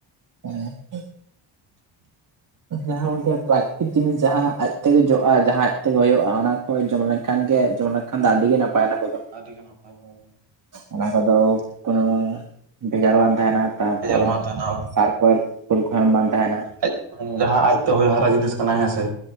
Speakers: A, on the right (about 40°); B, on the right (about 60°).
A: ᱦᱮᱸ᱾ ᱡᱟᱦᱟᱸ ᱜᱚᱢᱠᱮ ᱯᱨᱟᱠᱨᱤᱛᱤᱠ ᱡᱤᱱᱤᱥ ᱡᱟᱦᱟᱸ ᱟᱡᱛᱮᱜᱮ ᱡᱚᱜᱼᱟ᱾ ᱡᱟᱦᱟᱸ ᱟᱡᱛᱮᱜᱮ ᱦᱩᱭᱩᱜᱼᱟ ᱚᱱᱟ ᱠᱚ ᱡᱚᱢ ᱞᱮᱱᱠᱷᱟᱱ ᱜᱮ ᱡᱚᱢ ᱞᱮᱱ ᱠᱷᱟᱱ ᱫᱚ ᱟᱹᱰᱤ ᱜᱮ ᱱᱟᱯᱟᱭ ᱚᱱᱟ ᱠᱚᱫᱚ᱾
B: ᱟᱹᱰᱤᱜᱮ ᱱᱟᱯᱟᱭ ᱦᱳᱭ ᱦᱳᱭ᱾
A: ᱚᱱᱟ ᱠᱚᱫᱚ ᱠᱳᱱᱳ ᱵᱷᱮᱜᱟᱨ ᱵᱟᱝ ᱛᱟᱦᱮᱱᱟ ᱛᱟᱨᱯᱚᱨ
B: ᱵᱷᱮᱡᱟᱞ ᱵᱟᱝ ᱛᱟᱦᱮᱱᱟ
A: ᱥᱟᱨ <unintelligible> ᱯᱷᱩᱞ ᱠᱚᱦᱚᱸ ᱮᱢ ᱵᱟᱝ ᱛᱟᱦᱮᱱᱟ᱾
B: ᱟᱡ ᱡᱟᱦᱟᱸ ᱟᱡᱛᱮ ᱦᱚᱭ ᱦᱟᱨᱟ ᱡᱤᱱᱤᱥ ᱠᱟᱱᱟ ᱦᱮᱸ ᱥᱮ᱾